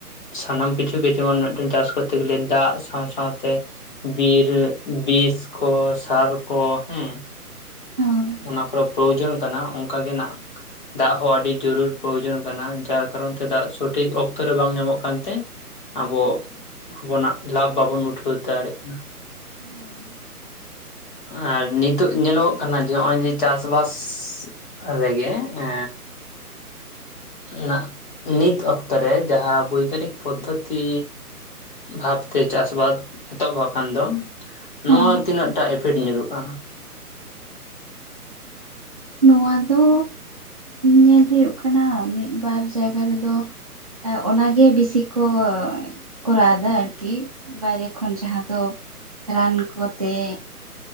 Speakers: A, on the left; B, on the right.
A: ᱥᱟᱱᱟᱢ ᱠᱤᱪᱷᱩ ᱜᱮ ᱡᱮᱢᱚᱱ ᱢᱤᱫᱴᱮᱱ ᱪᱟᱥ ᱠᱚᱨᱛᱮ ᱜᱮᱞᱮ ᱫᱟᱜ ᱥᱟᱶ ᱥᱟᱶᱛᱮ ᱵᱤᱨ ᱵᱤᱥ ᱠᱚ ᱥᱟᱨ ᱠᱚ ᱦᱮᱸ
B: ᱦᱳᱭ
A: ᱚᱱᱟ ᱠᱚᱨᱮ ᱯᱨᱚᱭᱳᱡᱚᱱ ᱠᱟᱱᱟ ᱚᱱᱠᱟ ᱜᱮ ᱱᱟᱜ ᱫᱟᱜ ᱦᱚᱸ ᱟᱹᱰᱤ ᱡᱟᱹᱨᱩᱲ ᱯᱨᱚᱭᱳᱡᱚᱱ ᱠᱟᱱᱟ ᱡᱟᱨ ᱠᱟᱨᱚᱱ ᱛᱮ ᱫᱟᱜ ᱥᱚᱴᱷᱤᱠ ᱚᱠᱛᱚ ᱨᱮ ᱵᱟᱝ ᱧᱟᱢᱚᱜ ᱠᱟᱱᱛᱮ ᱟᱵᱚ ᱟᱵᱚᱱᱟᱜ ᱞᱟᱵᱷ ᱵᱟᱵᱚᱱ ᱩᱴᱷᱟᱹᱣ ᱫᱟᱲᱮᱭᱟᱜ ᱠᱟᱱᱟ ᱾
B: ᱦᱳᱭ
A: ᱟᱨ ᱱᱤᱛᱚᱜ ᱧᱮᱞᱚᱜᱚᱜ ᱠᱟᱱᱟ ᱡᱮ ᱱᱚᱜᱼᱚᱭ ᱡᱮ ᱪᱟᱥ ᱵᱟᱥ ᱨᱮᱜᱮ ᱮ ᱱᱟᱜᱼᱼ ᱱᱤᱛ ᱚᱠᱛᱚ ᱨᱮ ᱡᱟᱦᱟᱸ ᱵᱳᱭᱜᱟᱱᱤᱠ ᱯᱚᱫᱽᱫᱷᱚᱛᱤᱼᱼ ᱵᱷᱟᱵᱛᱮ ᱪᱟᱥ ᱵᱟᱫ ᱮᱛᱚᱦᱚᱵ ᱠᱷᱟᱱ ᱫᱚ ᱱᱚᱣᱟ
B: ᱦᱚᱸ
A: ᱛᱤᱱᱟᱹᱜᱴᱟ ᱤᱯᱷᱮᱠᱴ ᱧᱩᱨᱦᱩᱜᱼᱟ?
B: ᱱᱚᱣᱟ ᱫᱚ ᱧᱮᱞ ᱦᱩᱭᱩᱜ ᱠᱟᱱᱟ ᱢᱤᱫᱵᱟᱨ ᱡᱟᱭᱜᱟ ᱨᱮᱫᱚᱼᱼ ᱚᱱᱟᱜᱮ ᱵᱤᱥᱤ ᱠᱚᱼᱼ ᱠᱚᱨᱟᱣ ᱮᱫᱟ ᱟᱨᱠᱤ ᱵᱟᱭᱨᱮ ᱠᱷᱚᱱ ᱡᱟᱦᱟᱸ ᱫᱚ ᱨᱟᱱ ᱠᱚᱛᱮᱼᱼ